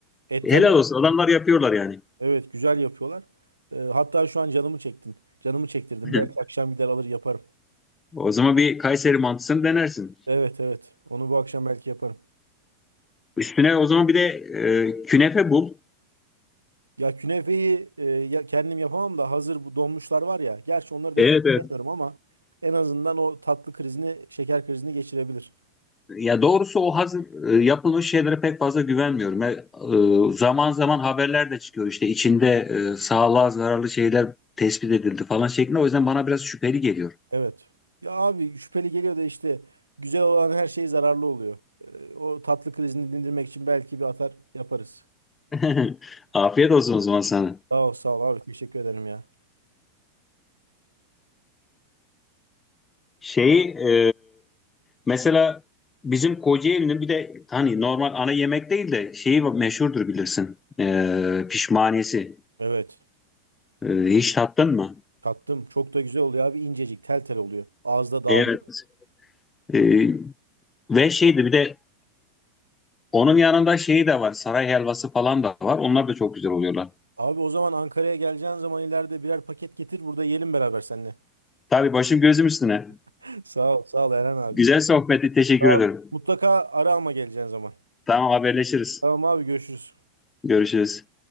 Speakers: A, on the right (about 80°); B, on the left (about 15°).
A: Et
B: Helal
A: tadı
B: olsun. Adamlar yapıyorlar yani.
A: Evet güzel yapıyorlar. Ee, hatta şu an canımı çektin. Canımı çektirdin.
B: <laughs>
A: Belki akşam gider alır yaparım.
B: O zaman bir Kayseri mantısını denersin.
A: Evet evet. Onu bu akşam belki yaparım.
B: Üstüne o zaman bir de e, künefe bul.
A: Ya künefeyi e, ya kendim yapamam da hazır bu donmuşlar var ya. Gerçi onları
B: Evet,
A: da pek
B: evet.
A: sevmiyorum ama en azından o tatlı krizini, şeker krizini geçirebilir.
B: Ya doğrusu o hazır e, yapılmış şeylere pek fazla güvenmiyorum. E, e, zaman zaman haberler de çıkıyor işte içinde e, sağlığa zararlı şeyler tespit edildi falan şeklinde. O yüzden bana biraz şüpheli geliyor.
A: Evet. Ya abi şüpheli geliyor da işte güzel olan her şey zararlı oluyor. Ee, o tatlı krizini dindirmek için belki bir atar yaparız.
B: <laughs> Afiyet olsun o zaman sana.
A: Sağ ol sağ ol abi teşekkür ederim ya.
B: Şeyi e, mesela bizim Kocaeli'nin bir de hani normal ana yemek değil de şeyi meşhurdur bilirsin. E, pişmaniyesi.
A: Evet.
B: E, hiç tattın mı?
A: Tattım. Çok da güzel oluyor abi. İncecik tel tel oluyor. Ağızda dağılıyor.
B: Evet. E, ve şeydi bir de onun yanında şeyi de var. Saray helvası falan da var. Onlar da çok güzel oluyorlar.
A: Abi o zaman Ankara'ya geleceğin zaman ileride birer paket getir. Burada yiyelim beraber seninle.
B: Tabii başım gözüm üstüne.
A: <laughs> Sağ ol. Sağ ol Eren abi.
B: Güzel sohbeti. Teşekkür
A: Sağ
B: ederim.
A: ol. Mutlaka ara ama geleceğin zaman.
B: Tamam haberleşiriz.
A: Tamam abi görüşürüz.
B: Görüşürüz.